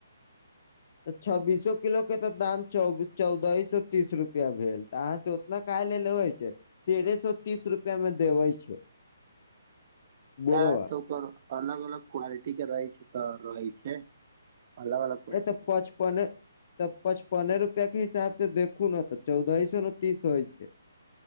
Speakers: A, on the left; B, on the right.
A: तऽ छब्बीसो किलो केँ तऽ दाम चौबी चौदहे सौ तीस रुपया भेल तऽ अहाँसँ उतना काहे ले लेबै छै तेरहे सौ तीस रुपया मे देबै छै
B: <inaudible>
A: बोरवा
B: हँ तऽ ओकर अलग अलग क्वालिटी केँ रहै छै तऽ रहै छै अलग अलग क्वालिटी
A: ए तऽ पच पने तऽ पचपने रुपया केँ हिसाब से देखू नऽ तऽ चौदहि सौ नऽ तीस होइ छै